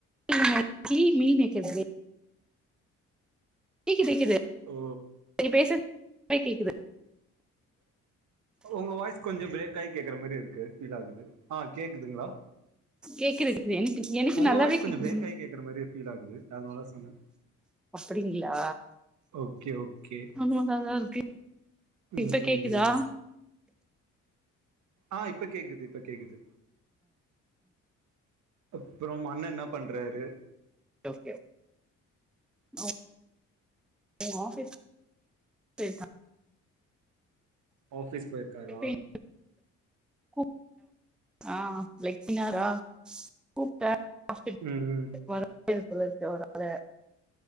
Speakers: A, in the centre; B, on the right.
A: இல்லைங்க நெத்திலி மீன் வெக்கிறவே கேக்குது குது
B: ஓ
A: நீங்க பேசுற கொறை கேக்குது
B: ஒங்க வாய்ஸ் கொஞ்சோ பிரேக் ஆகி கேக்குற மாரி இருக்கு ஃபீல் ஆகுது ஆ கேக்குதுங்களா
A: கேக்குது கேக்குது எனக்கு எனக்கு
B: ஒங்க
A: நல்லாவே
B: வாயஸ் கொஞ்சம்
A: கேக்குதுங்க
B: பிரேக்காயி கேக்குற மாரியே ஃபீல் ஆகுது அதனால சொன்னே
A: அப்டிங்களா
B: ஓகே ஓகே
A: ஆமாங்க அதா ருக்கு
B: ம்
A: இப்ப
B: ம்
A: கேக்குதா
B: ம் ஆ இப்ப கேக்குது இப்ப கேக்குது அப்புறம் அண்ண என்ன பண்றாரு
A: ஓகே அவ் ஆஃபீஸ் போயிருக்காங்க
B: ஆஃபீஸ் போயிருக்காரா
A: ப்ப <inaudible> கூ ஆ லைக் கனாரா கூப்பிட்ட <unintelligible>
B: ம் ம்
A: மறக்கவே <unintelligible> இதுக்குள்ள இருக்க ஒரு ஆள